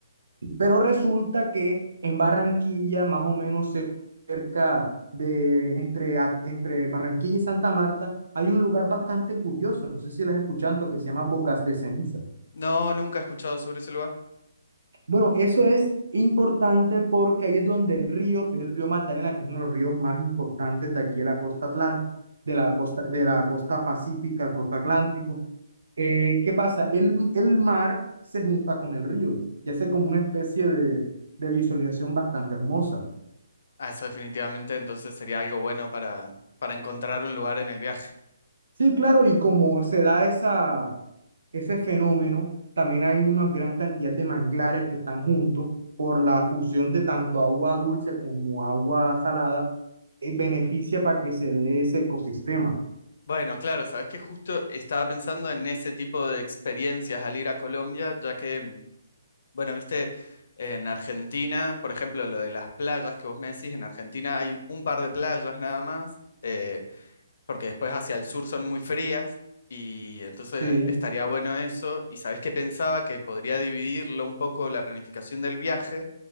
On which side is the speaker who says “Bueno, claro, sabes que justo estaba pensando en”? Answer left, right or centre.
Left